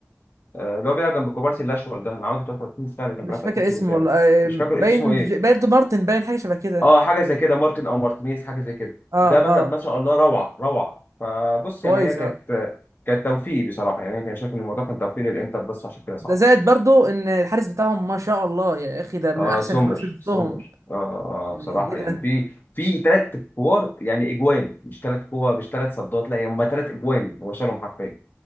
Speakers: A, on the left; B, on the right.
A: آه، اللي هو بيلعب جنب كوبارسي الاشول ده انا عاوز 33 سنه اللي كان
B: مش
A: بيلعب في
B: فاكر
A: اتلتيكو
B: اسمه
A: بالباو
B: والله آه،
A: مش فاكر
B: باين
A: اسمه ايه
B: ج- بايرد مارتن باين حاجه شبه كده
A: اه حاجه زي كده مارتن او مارتينيز حاجه زي كده
B: اه
A: ده ما
B: اه
A: ما شاء الله روعه روعه فبص
B: كويس
A: يعني هي كانت
B: اه
A: كانت توفيق بصراحه يعني انا كان شايف ان الموضوع كان توفيق للانتر بس عشان كده صعب
B: ده زائد برضو ان الحارس بتاعهم ما شاء الله يا اخي ده من
A: اه
B: احسن
A: سومر
B: الحراس اللي شفتهم
A: سومر آه, آه
B: يعني
A: بصراحه
B: ايه ده
A: يعني في في ثلاث كور يعني اجوان مش ثلاث كور مش ثلاث صدات لا هم ثلاث اجوان هو شالهم حرفيا